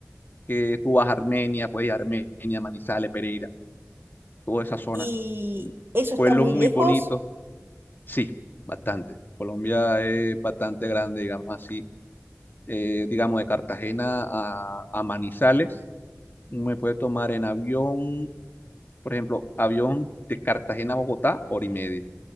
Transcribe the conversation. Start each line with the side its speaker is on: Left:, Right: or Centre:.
Left: que tú vas a Armenia, puedes ir a Armenia, Manizales, Pereira toda esa zona.
Right: y eso está
Left: Pueblo
Right: muy
Left: muy
Right: lejos.
Left: bonito, sí, bastante. Colombia es bastante grande, digamos así. Eh, digamos, de Cartagena a, a Manizales, me puede tomar en avión, por ejemplo, avión de Cartagena a Bogotá, hora y media.